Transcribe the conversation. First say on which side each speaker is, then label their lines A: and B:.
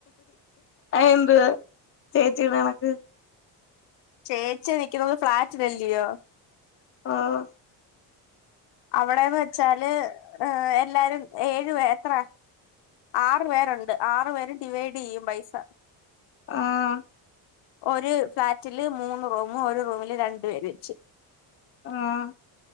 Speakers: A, on the left; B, on the left.
A: അയെന്തുവാ ചേച്ചിടകണക്ക്
B: ചേച്ചി നിക്കുന്നത് ഫ്ളാറ്റിലല്ലിയോ
A: ആഹ്
B: അവിടെന്ന് വെച്ചാല് ഏഹ് എല്ലാരും ഏഴു പേ എത്ര ആറു പേരുണ്ട് ആറു പേരും ഡിവൈഡ് ചെയ്യും പൈസ
A: ആഹ്
B: ഒരു ഫ്ളാറ്റില് മൂന്ന് റൂമ് ഒരു റൂമില് രണ്ടു പേര് വെച്ച്
A: ആഹ്